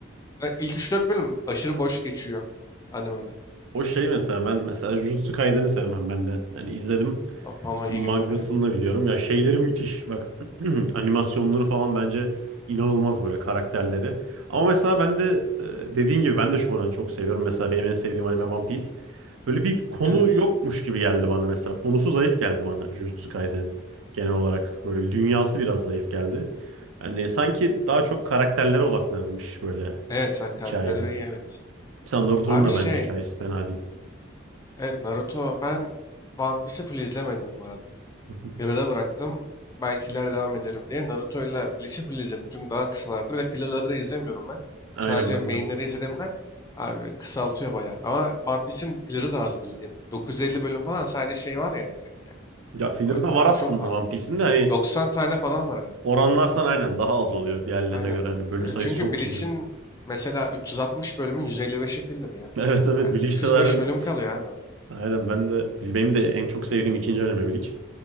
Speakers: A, on the left (about 20°); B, on the right (about 80°).
A: Ya İlk 3-4 bölüm aşırı boş geçiyor animede.
B: O şey mesela ben mesela Jujutsu Kaisen'i sevmem ben de. Yani izledim.
A: Ama Bana
B: Mangasını
A: iyi geliyor baya.
B: da biliyorum. Ya şeyleri müthiş. Bak <clears throat> animasyonları falan bence inanılmaz böyle karakterleri. Ama mesela ben de e, dediğin gibi ben de shonen çok seviyorum. Mesela benim en sevdiğim anime One Piece. Böyle bir konu
A: Evet.
B: yokmuş gibi geldi bana mesela. Konusu zayıf geldi bana Jujutsu Kaisen'in genel olarak. Böyle bir dünyası biraz zayıf geldi. Yani sanki daha çok karakterlere odaklanılmış böyle
A: Evet sen karakterlere
B: hikayede.
A: iyi evet.
B: Mesela Naruto'nun
A: Abi
B: da
A: şey.
B: bence hikayesi fena değil.
A: Evet Naruto ben One Piece'i full izlemedim bu arada.
B: <laughs>
A: Yarıda bıraktım. Belki ileride devam ederim diye. Naruto'yla Bleach'i full izledim. Çünkü daha kısalardı. Bir de filler'ları da izlemiyorum ben.
B: Aynen
A: Sadece
B: ben
A: main'leri
B: de.
A: izlediğimden abi kısaltıyor bayağı. Ama One Piece'in filler'ı da az bildiğim. 950 bölüm falan sadece şey var ya direkt yani.
B: Ya filler
A: O-
B: de var
A: Abi
B: aslında
A: çok fazla.
B: One Piece'in de hani
A: 90 tane falan var herhalde.
B: Oranlarsan aynen daha az oluyor diğerlerine
A: Aynen.
B: göre. Hani bölüm
A: E,
B: sayısı
A: çünkü
B: çok
A: Bleach'in
B: çünkü.
A: mesela 360 bölümün 155'i filler
B: <laughs>
A: ya.
B: Evet evet
A: Yani
B: Bleach
A: 205
B: de zaten
A: bölüm kalıyor abi.
B: aynen ben de benim de en çok sevdiğim ikinci anime Bleach.